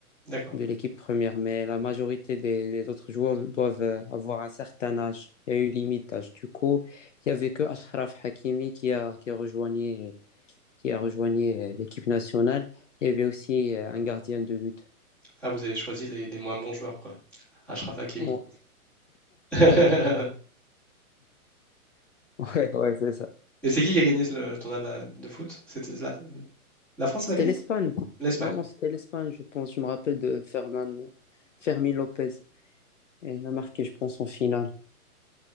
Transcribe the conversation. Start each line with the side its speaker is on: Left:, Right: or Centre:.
Centre: D'accord.
Left: de l'équipe première, mais la majorité des, des autres joueurs doivent euh, avoir un certain âge. Il y a eu limite d'âge. Du coup, il n'y avait que Ashraf Hakimi qui a, qui a rejoint euh, qui a rejoigné l'équipe nationale. Il y avait aussi euh, un gardien de but.
Centre: Ah, vous avez choisi les, les moins bons joueurs, quoi. Achraf Hakimi.
Left: Ouais,
Centre: <laughs>
Left: <laughs> ouais, ouais c'est ça.
Centre: Et c'est qui qui a gagné le tournoi de, la- de foot? C'était la, la France
Left: C'était
Centre: l'a gagné?
Left: l'Espagne.
Centre: L'Espagne.
Left: Non, non, c'était l'Espagne, je pense. Je me rappelle de Ferman, Fermi Lopez. Et il a marqué, je pense, en finale.